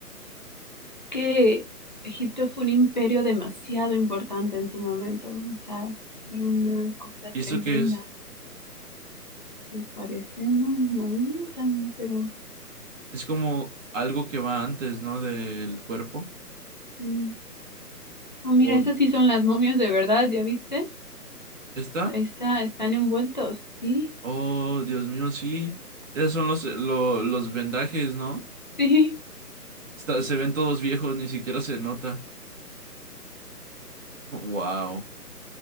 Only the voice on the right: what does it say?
Sí.
¿Y
eso qué es?
Es como algo que va antes, ¿no? Del cuerpo.
¿O
está?
Oh, Dios mío, sí. Esos son los, lo- los vendajes, ¿no?
Está- se ven todos viejos, ni siquiera se nota. Wow.